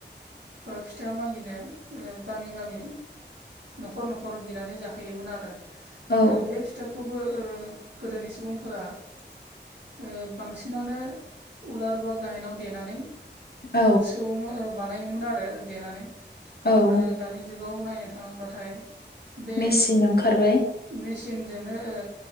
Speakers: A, on the right; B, on the left.
A: बा फिथा मागिनो गामि गामि न'खर न'खर बिनानै जाहोयोमोन आरो
B: औ
A: बे फिथा खौबो ओ गोदोनि सुबुंफोरा ओ बांसिनानो उलार बा गायहेनाव देनानै
B: औ
A: सौवो बानायोमोन आरो देनानै
B: औ
A: आरो दानि जुगाव नायनो थाङोब्लाथाय बे
B: मेचिन ओंखारबाय
A: मेसिनजोंनो ओ